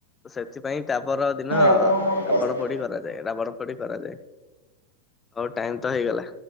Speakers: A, on the left; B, on the right.
A: ସେଥିପାଇଁ ତାପର ଦିନ
B: ରାବଣ ମାରିକି
A: ରାବଣ
B: ଆସିଥିଲେ।
A: ପୋଡି କରାଯାଏ ରାବଣ ପୋଡି କରାଯାଏ ହଉ ଟାଇମ ତ ହେଇଗଲା